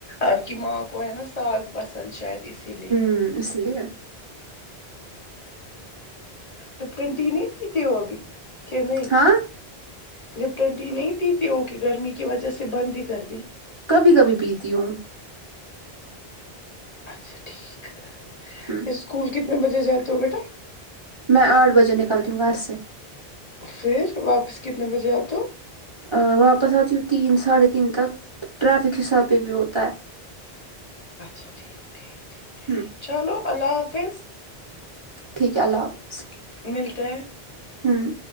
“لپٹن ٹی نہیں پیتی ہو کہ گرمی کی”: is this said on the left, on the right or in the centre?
Left